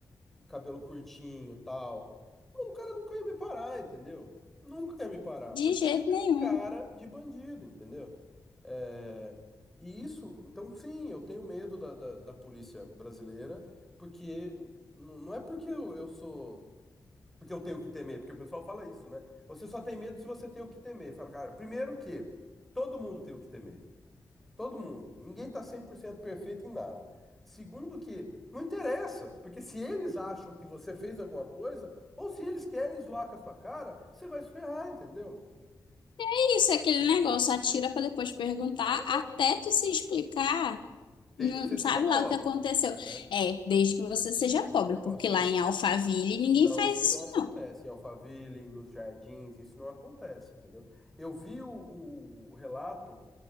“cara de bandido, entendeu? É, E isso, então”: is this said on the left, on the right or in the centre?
Centre